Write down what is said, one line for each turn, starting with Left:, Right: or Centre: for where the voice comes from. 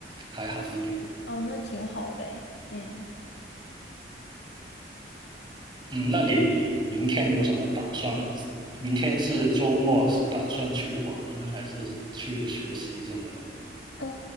Right: 还好一点。
Left: 哦，那挺好的诶，嗯。
Right: 嗯，那你明天有什么打算？明天是周末，是打算去玩呢，还是去学习什么的？
Left: 嗯，